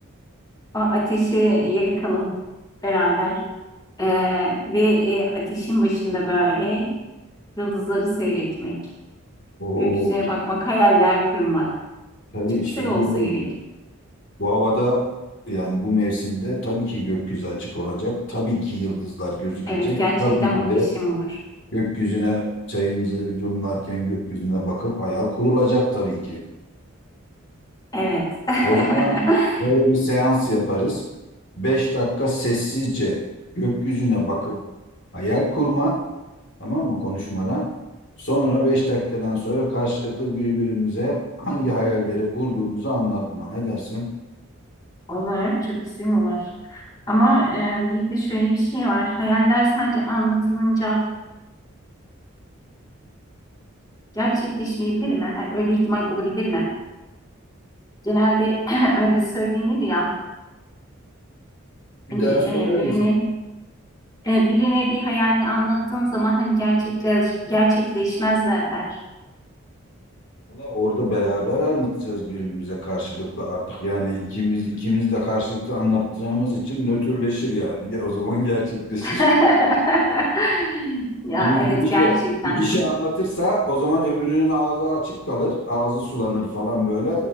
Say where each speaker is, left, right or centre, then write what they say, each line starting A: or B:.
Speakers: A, on the left; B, on the left.
A: O ateşi yakalım beraber. Ee, ve e, ateşin başında böyle yıldızları seyretmek,
B: Oo,
A: gökyüzüne
B: işte,
A: bakmak, hayaller kurmak.
B: tabii
A: Çok
B: işte
A: güzel
B: onu
A: olsa
B: diyorum
A: gerek.
B: yani. Bu havada yani bu mevsimde tabii ki gökyüzü açık olacak. Tabii ki yıldızlar gözükecek.
A: Evet, gerçekten
B: Tabii ki
A: muhteşem
B: de
A: olur.
B: gökyüzüne çayımızı yudumlarken gökyüzüne bakıp hayal kurulacak tabii ki.
A: Evet. <laughs>
B: O zaman böyle bir seans yaparız. 5 dakika sessizce gökyüzüne bakıp hayal kurma, tamam mı konuşmadan. Sonra 5 dakikadan sonra karşılıklı birbirimize hangi hayalleri kurduğumuzu anlatma. Ne dersin?
A: Olur, çok güzel olur. Ama e, bir de şöyle bir şey var. Hayaller sadece anlatılınca gerçekleşmeyebilir mi? Yani öyle bir ihtimal olabilir mi? Genelde <clears throat> öyle söylenir ya.
B: Bir
A: Hani
B: daha
A: e,
B: söyler
A: birini
B: misin?
A: E, birine bir hayalini anlattığın zaman hani gerçekleş, gerçekleşmez derler.
B: Valla orada beraber anlatacağız birbirimize karşılıklı artık. Yani ikimiz ikimiz de karşılıklı anlatacağımız için nötrleşir yani. Ge- O zaman gerçekleşir.
A: <laughs> Ya
B: Şimdi
A: evet
B: bir kişi
A: gerçekten.
B: bir kişi anlatırsa o zaman öbürünün ağzı açık kalır, ağzı sulanır falan böyle